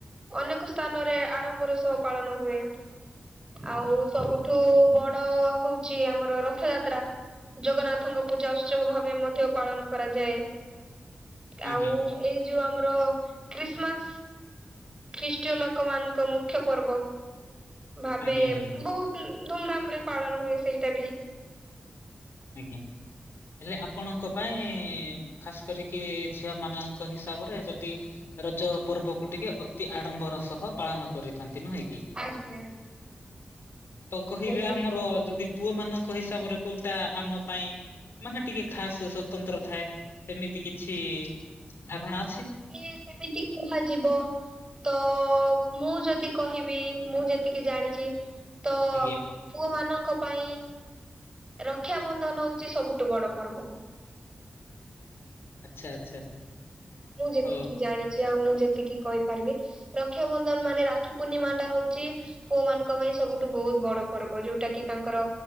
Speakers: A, on the right (about 20°); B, on the left (about 85°).
A: ଅନେକ ସ୍ଥାନରେ ଆଡମ୍ବର ସହ ପାଳନ ହୁଏ। ଆଉ ସବୁଠୁ ବଡ ହୋଉଛି ଆମର ରଥଯାତ୍ରା। ଜଗନ୍ନାଥଙ୍କ ପୂଜା ଉତ୍ସବ ଭାବେ ମଧ୍ୟ ପାଳନ କରାଯାଏ। ଆଉ
B: ଆଜ୍ଞା
A: ଏଇ ଯୋଉ ଆମର ଖ୍ରୀଷ୍ଟମାସ। ଖ୍ରୀଷ୍ଟୟ ଲୋକ ମାନଙ୍କ ମୁଖ୍ୟ ପର୍ବ ଭାବେ
B: ଆଜ୍ଞା ଆଜ୍ଞା
A: ବହୁତ ଧୁମ୍ ଧାମ୍ ରେ ପାଳନ ହୁଏ ସେଇଟା ବି।
B: ଆଜ୍ଞା। ହେଲେ ଆପଣଙ୍କ ପାଇଁ ଖାସ୍ କରିକି ଝିଅ ମାନଙ୍କ ହିସାବରେ ଯଦି ରଜ ପର୍ବକୁ ଟିକେ ଅତି ଆଡମ୍ବର ସହ ପାଳନ କରିଥାନ୍ତି ନୁହେଁ କି?
A: ଆଜ୍ଞା।
B: ତ କହିବେ
A: ବୋଇଲେ
B: ଆମର ଯଦି ପୁଅ ମାନଙ୍କ ହିସାବରେ କୋଉ ଟା ଆମ ପାଇଁ ମାନେ ଟିକେ ଖାସ୍ ସ୍ଵତନ୍ତ୍ର ଥାଏ ସେମିତି କି ଛି ଧାରଣା ଅଛି?
A: ଏ ସେମିତି କୁହାଯିବ ତ ମୁଁ ଯଦି କହିବି, ମୁଁ ଯେତିକି ଜାଣିଛି ତ
B: ଆଜ୍ଞା
A: ପୁଅ ମାନଙ୍କ ପାଇଁ ରକ୍ଷାବନ୍ଧନ ହଉଛି ସବୁଠୁ ବଡ ପର୍ବ।
B: ଆଚ୍ଛା, ଆଚ୍ଛା।
A: ମୁଁ ଯେତିକି
B: ହଉ
A: ଜାଣିଛି ଆଉ ମୁଁ ଯେତିକି କହିପାରିବି ରକ୍ଷାବନ୍ଧନ ମାନେ ରାକ୍ଷୀ ପୂର୍ଣ୍ଣିମା ଟା ହଉଛି ପୁଅ ମାନଙ୍କ ପାଇଁ ସବୁଠୁ ବହୁତ ବଡ ପର୍ବ। ଯୋଉଟା କି ତାଙ୍କର